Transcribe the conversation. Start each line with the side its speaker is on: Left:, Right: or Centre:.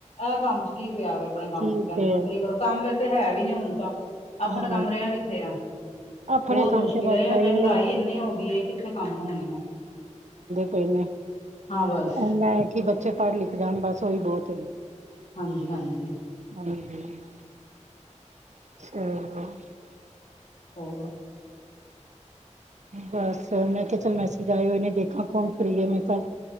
Left: ਐ ਕੰਮ ਚ ਕੀ ਪਿਆ ਵੇ ਆਪਣੇ ਕੰਮ
Right: ਕੀ
Left: ਚ ਕਹਿੰਦੇ
Right: ਫਿਰ
Left: ਨੌਕਰੀ ਕਰੋ ਕੰਮ ਵੈਸੇ ਹੈ ਵੀ ਨੀ ਹੁਣ ਤਾਂ ਆਪਣਾ
Right: ਹਾਂ
Left: ਕੰਮ ਰਿਹਾ ਕਿੱਥੇ ਐ।
Right: ਆਪਣੇ
Left: ਬਹੁਤ
Right: ਕੰਮ
Left: ਮੁਸ਼ਕਿਲ
Right: ਤੇ ਬਸ
Left: ਐ ਮਹਿੰਗਾਈ
Right: ਇਹੀ ਹੈ
Left: ਇੰਨੀ ਹੋਗੀ ਏ ਕਿੱਥੇ ਕੰਮ ਹੋਣੇ ਨੇ
Right: <unintelligible> ਐਨਾ
Left: ਹਾਂ ਬਸ
Right: ਐ ਕਿ ਬੱਚੇ ਪੜ ਲਿਖ ਜਾਣ ਬਸ ਉਹੀ ਬਹੁਤ ਏ
Left: ਹਾਂਜੀ, ਹਾਂਜੀ।
Right: ਹਾਂਜੀ <unintelligible>
Left: ਹੋਰ
Right: ਬਸ ਮੈਂ ਕਿਹਾ ਚੱਲ ਮੈਸੇਜ ਆਏ ਹੋਏ ਨੇ ਦੇਖਾ ਕੌਣ ਫ੍ਰੀ ਏ ਮੈਂ ਕ